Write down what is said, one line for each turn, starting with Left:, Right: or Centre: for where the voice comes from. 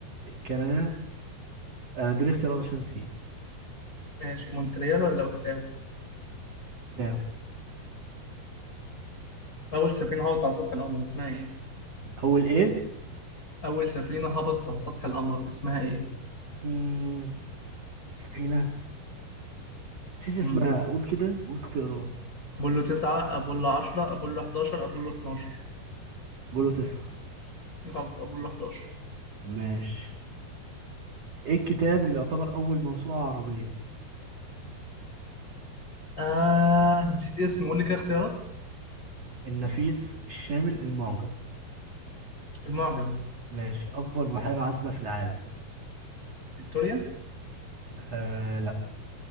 Right: كندا آه دي الاختيارات عشان نسيت
Left: ماشي مونتريال ولا أوتاوا؟
Right: تمام
Left: أول سفينة هبطت على سطح القمر اسمها إيه؟
Right: أول إيه
Left: أول سفينة هبطت على سطح القمر اسمها إيه؟
Right: مم، سفينة نسيت اسمها
Left: مم.
Right: قول كده قول اختيارات
Left: أبولو 9 أبولو 10 أبولو 11 أبولو 12
Right: بولو تسعة
Left: غلط أبولو 11
Right: ماشي إيه الكتاب اللي يعتبر أول موسوعة عربية
Left: آه نسيت اسمه قول لي كده اختيارات
Right: النفيس الشامل المعجم
Left: المعجم
Right: ماشي أكبر بحيرة عذبة في العالم
Left: فيكتوريا
Right: آه لا